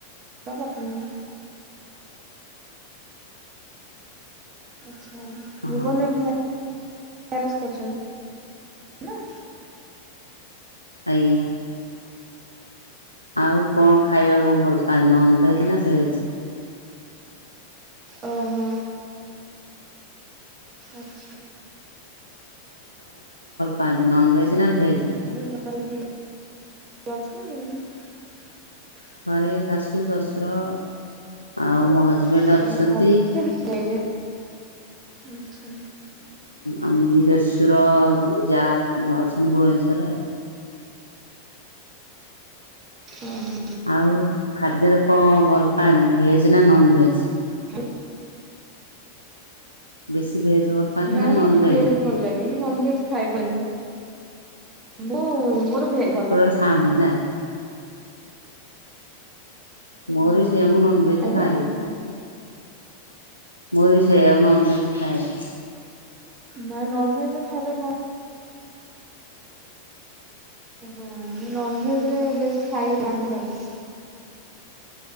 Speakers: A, on the right; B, on the left.
A: ପାତନା। ଆଚ୍ଛା ଭୁବନ।
B: ହଁ
A: ମେରିଆଜ କରଛନ୍ତି ହେଲା।
B: ଆଜ୍ଞା। ଆଉ କଣ ଖାଇବାକୁ ଭଲ ପାଆ ନନ ଭେଜ ନା ଭେଜ।
A: ଓ, ହଁ। ଆଚ୍ଛା।
B: ପାଞ୍ଚ, ନନ ଭେଜ୍ ନା ଭେଜ୍?
A: ଆଉ <unintelligible>
B: ଘରେ ଶାଶୁ ଶଶୁର ଆଉ ମୋ ହଜବେଣ୍ଡ
A: ହଁ
B: ଅଛନ୍ତି।
A: ମୁଁ ଘରେ ଏଇନେ ଆଚ୍ଛା।
B: ଆମି ଦେଢ଼ଶୁର ଯା ଅଛନ୍ତି ଭୁବନେଶ୍ୱରରେ ଆଉ।
A: ଓହୋ
B: ଆଉ ଖାଦ୍ୟରେ କଣ ଭଲ ପାଆନ୍ତି ଭେଜ୍ ନା ନନ ଭେଜ୍?
A: ଭେ
B: ବେଶୀ ଭେଜ ଭଲ ପାଆନ୍ତି
A: ନାଇଁ
B: ନା ନନଭେଜ?
A: ମୋତେ ଭେଜ୍ ଭଲ ଲାଗେ। ଏଇ ନନ ଭେଜ୍ ଖାଇପାରିନି। ମୁଁ ମୋର ଭେଜ ଭଲ।
B: ଟୋଟାଲ ଖାଆନ୍ତିନି ନା? ମୋର ବି ସେ ମୁଁ ନନଭେଜ୍
A: ଆଜ୍ଞା?
B: ଖାଏନି। ମୋର ବି ସେଇଆ ଆଉ ନନଭେଜ୍ ଖାଏନି।
A: ନାଇଁ ନନ ଭେଜ୍ ଖାଇଲେ କ ଓ, ହଁ ମୁଁ ନନଭେଜ୍ ରେ ବେଶ ଖାଇ ବାନ୍ତି ଲାଗେ।